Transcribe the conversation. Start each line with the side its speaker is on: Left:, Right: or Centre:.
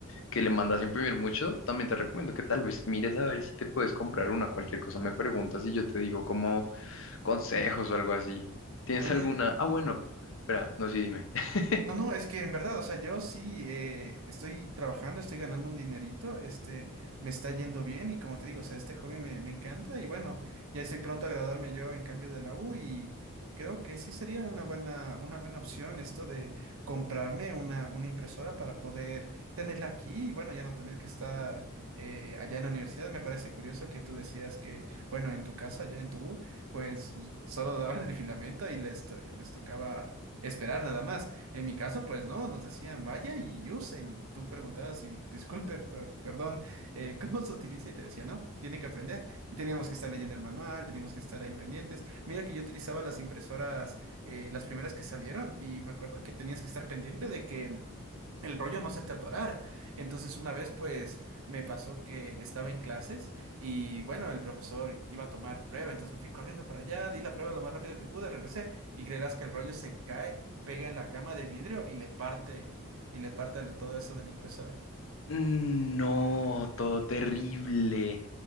Left: que le mandas a imprimir mucho. También te recomiendo que tal vez mires a ver si te puedes comprar una, cualquier cosa me preguntas y yo te digo cómo consejos o algo así. ¿Tienes
Right: Oye,
Left: alguna? Ah, bueno, espera, no, sí, dime. <laughs>
Right: No, no, es que en verdad, o sea, yo sí eh, estoy trabajando, estoy ganando un dinerito, este, me está yendo bien y como te digo, o sea, este hobby me, me encanta y bueno, ya estoy pronto a graduarme yo en cambio de la U y creo que sí sería una buena, una buena opción esto de comprarme una, una impresora para poder tenerla aquí y bueno, ya no tener que estar eh, allá en la universidad. Me parece curioso que tú decías que, bueno, en tu casa, allá en tu U, pues us- solo daban el <laughs> filamento y les, to- les tocaba esperar nada más. En mi caso, pues no, nos decían vaya y use, y tú preguntabas y disculpe, per- perdón, eh, <laughs> ¿cómo se utiliza? Y te decía, no, tiene que aprender. Y teníamos que estar leyendo el manual, teníamos que estar ahí pendientes. Mira que yo utilizaba las impresoras, eh, las primeras que salieron, y me acuerdo que tenías que estar pendiente de que el, el rollo no se te atorara. Entonces, una vez, pues me pasó que estaba en clases. Y bueno, el profesor iba a tomar prueba, entonces me fui corriendo para allá, di la prueba lo más rápido que pude, regresé y creerás que el rollo se cae pega en la cama de vidrio y le parte, y le parte todo eso de la impresora.
Left: No, todo terrible.